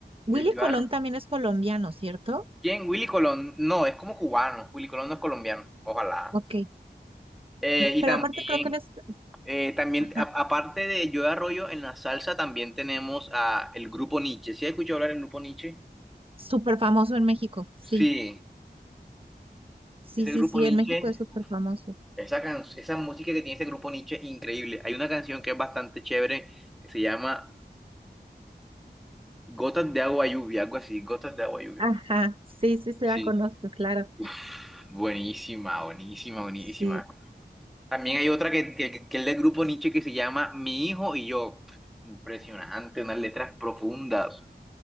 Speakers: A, on the right (about 30°); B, in the centre.
A: Willy
B: El Joe
A: Colón
B: Arroyo.
A: también es colombiano, ¿cierto?
B: ¿Quién? Willy Colón. No, es como cubano. Willy Colón no es colombiano. Ojalá.
A: Ok,
B: Eh,
A: sí.
B: y
A: Pero
B: también,
A: aparte creo que él es,
B: eh, también
A: ajá,
B: a- aparte de Joe Arroyo, en la salsa también tenemos a el grupo Nietzsche. ¿Sí has escuchado hablar del grupo Nietzsche?
A: súper famoso en México, sí.
B: Sí,
A: Sí,
B: ese
A: sí,
B: grupo
A: sí,
B: Nietzsche.
A: en México es súper famoso.
B: Esa, can- esa música que tiene ese grupo Nietzsche, increíble. Hay una canción que es bastante chévere que se llama Gotas de agua lluvia, algo así, Gotas de agua lluvia.
A: Ajá, sí, sí, se
B: Sí,
A: la conozco, claro.
B: Uf, buenísima, buenísima, buenísima.
A: Sí.
B: También hay otra que, que, que es del grupo Nietzsche que se llama Mi hijo y yo. Impresionante, unas letras profundas,